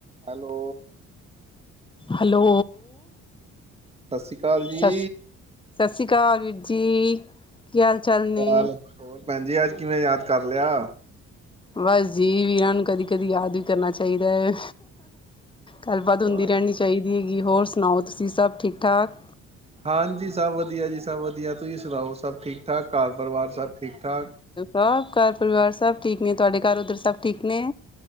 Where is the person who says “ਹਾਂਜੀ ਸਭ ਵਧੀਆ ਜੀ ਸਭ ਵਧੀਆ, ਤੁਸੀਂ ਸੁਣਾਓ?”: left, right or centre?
Right